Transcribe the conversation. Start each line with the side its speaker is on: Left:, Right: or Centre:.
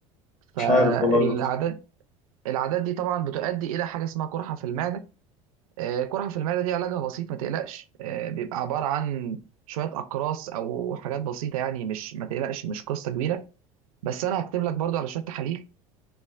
Right: فالعادات
Left: مش عارف والله يا دكتور
Right: العادات دي طبعا بتؤدي الى حاجه اسمها قرحه في المعده آه، قرحه في المعده دي علاجها بسيط ما تقلقش آه، بيبقى عباره عن شويه اقراص او حاجات بسيطه يعني مش ما تقلقش مش قصه كبيره بس انا هكتب لك برضو على شويه تحاليل